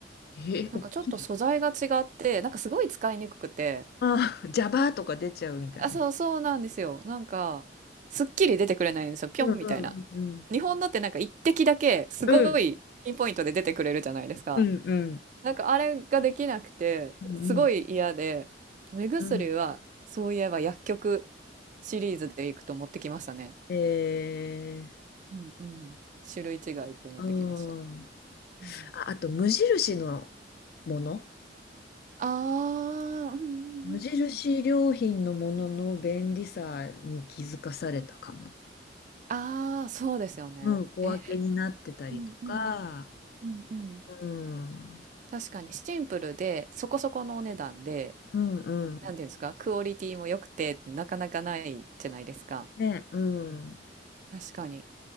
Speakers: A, on the left (about 55°); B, on the right (about 45°).
A: え、大きい。
B: なんかちょっと素材が違って、なんかすごい使いにくくて、
A: ああ、ジャバーとか出ちゃうみたいな。
B: あ、そう、そうなんですよ。なんか、すっきり出てくれないんですよ。ぴょんみたいな。
A: うんうんうんうん。
B: 日本のってなんか一滴だけ、すごいピンポイントで出てくれるじゃないですか。
A: うんうんうん
B: なんかあれができなくて、
A: うん
B: すごい嫌で、目薬は、
A: うん。
B: そういえば薬局シリーズでいくと持ってきましたね。
A: ええ
B: うんうん。種類違いで持ってきました。
A: ああ。
B: うん、
A: ああと、無印のもの。
B: ああ、うんうんうんうん。
A: 無印良品のものの便利さに気づかされたかも。
B: ああ、そうですよね。
A: うん、小分けになってたりとか、
B: え、うんうん。うんうん。
A: うん、う
B: 確かにシンプルでそこそこのお値段で、
A: んうん。
B: なんていうんですか、クオリティも良くてなかなかないじゃないですか。
A: ね、うん。
B: 確かに。